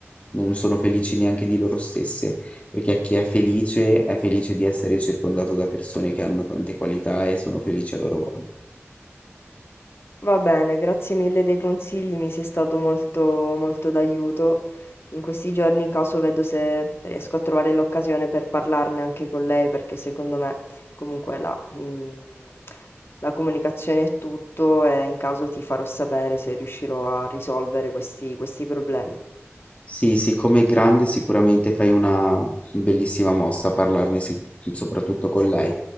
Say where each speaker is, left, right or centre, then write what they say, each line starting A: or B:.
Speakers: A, on the left; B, on the left.
A: non sono felici neanche di loro stesse. Perché chi è felice è felice di essere circondato da persone che hanno tante qualità e sono felici a loro volta.
B: Va bene, grazie mille dei consigli, mi sei stato molto, molto d'aiuto. In questi giorni, in caso, vedo se riesco a trovare l'occasione per parlarne anche con lei, perché secondo me, comunque, la, mm, la comunicazione è tutto e in caso ti farò sapere se riuscirò a risolvere questi, questi problemi.
A: Sì, siccome è grande sicuramente fai una bellissima mossa a parlarne sic- soprattutto con lei.